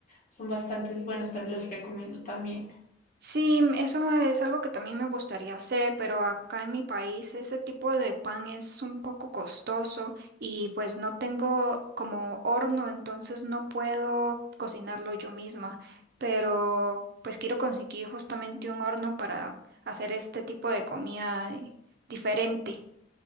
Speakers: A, on the left (about 40°); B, on the right (about 50°).
A: Son bastantes buenos, también los recomiendo también.
B: Sí, m- eso es algo que también me gustaría hacer, pero acá en mi país ese tipo de pan es un poco costoso y pues no tengo como horno, entonces no puedo cocinarlo yo misma, pero pues quiero conseguir justamente un horno para hacer este tipo de comida eh, diferente.